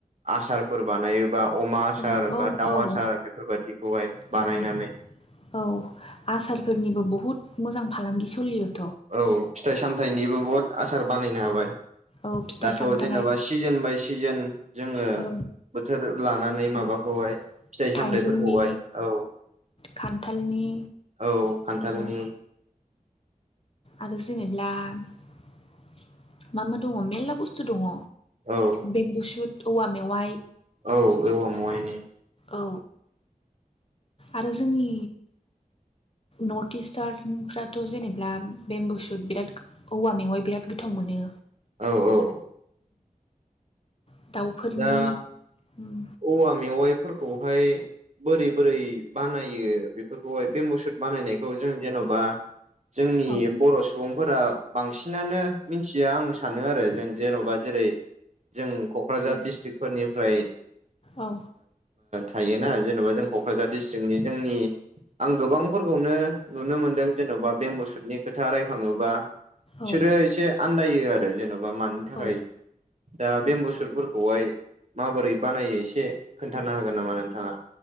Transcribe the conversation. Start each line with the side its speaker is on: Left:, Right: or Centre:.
Right: आसारफोर बानायो बा अमा आसार
Left: औ औ
Right: बा दाउ
Left: औ
Right: आसार बेफोरबादिखौहाय
Left: औ
Right: बानायनानै
Left: औ आसारफोरनिबो बहुद मोजां फालांगि सलियो
Right: औ फिथाइ सामथायाइनिबो बहुत आसार बानायनो हाबाय।
Left: औ फिथाइ
Right: दाथ'
Left: सामथाइ
Right: जेनेबा सिजोन बाय सिजोन जोङो
Left: औ
Right: बोथोर लानानै माबाखौहाय
Left: उम
Right: फिथाइ सामथायाइफोरखौहाय
Left: थाइजौनि
Right: औ
Left: खान्थालनि
Right: औ खान्थालनि
Left: औ आरो जेनेब्लामा मा दङ मेरला बुस्थु दङ।
Right: औ
Left: बेम्बुसुट औवा मेवाइ
Right: औ औव आ मायनि
Left: औ आरो जोंनि नर्थ इस्टार्नफ्राथ जेनेब्ला बेम्बु सुट बिराद औवा मेवाइ बिराद गोथाव मोनो।
Right: औ औ।
Left: औ दाउफोरनि
Right: दा
Left: उम
Right: औवा मेवाइफोरखौहाय बोरै बोरै बानायो बेफोरखौहाय बे मुसुद बानायनायखौ जों जेन'बा जोंनि
Left: औ
Right: बर' सुबुं फोर बांसिनानो मिथिया आं सानो आरो जों जेनबा जेरै जों कक्राझार
Left: औ
Right: दिडस्ट्रिक्फोरनिफ्राय
Left: औ
Right: थायोना जेनेबा जों कक्राझार डिस्ट्रिक्टनि जोंनि आं गोबांफोरखौनो नुनो मोनदों जेनबा बेम्बुसुटनि खोथा रायखाङोबा बिसोरो
Left: औ
Right: एसे आन्दायो आरो जेनबा मानि थाखाय
Left: औ
Right: दा बेम बुसु फोरखौहाय माबोरै बानायो एसे खोन्थानो हागोन नामा नोंथाङा